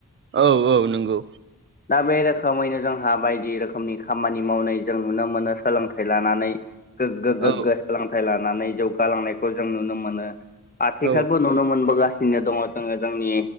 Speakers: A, on the right (about 40°); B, on the left (about 30°).
A: औ औ नंगौ
B: दा बे रोखोमैनो जोंहा बायदि रोखोमनि खामानि मावनाय जों नुनो मोनो सोलोंथाइ लानानै गोग्गो गोग्गो
A: औ
B: सोलोंथाइ लानानै जौगालांनायखौ जों नुनो मोनो आथिखालबो
A: औ
B: नुनो मोनबोगासिनो दङ जोङो जोंनि